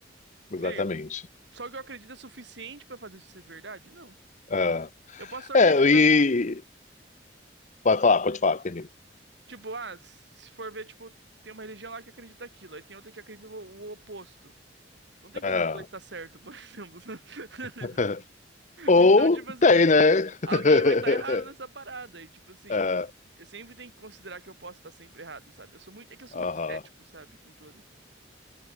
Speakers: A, on the left; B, on the right.
A: exatamente.
B: E aí, só que eu acredito é suficiente pra fazer isso ser verdade? Não.
A: É.
B: Eu posso só acreditar.
A: É, e Pode falar, pode falar, termina.
B: Tipo, ah, s- se for ver, tipo, tem uma religião lá que acredita aquilo, aí tem outra que acredita o, o oposto. Não tem como
A: Ah.
B: os dois estar certo, por <laughs> exemplo. <laughs>
A: <laughs> Ou
B: Então, tipo assim.
A: tem, né? <laughs>
B: alguém vai estar errado nessa parada. E, tipo assim,
A: É,
B: eu sempre tenho que considerar que eu posso estar sempre errado, sabe? Eu sou muito, é que eu sou
A: aham.
B: muito cético, sabe? Com tudo.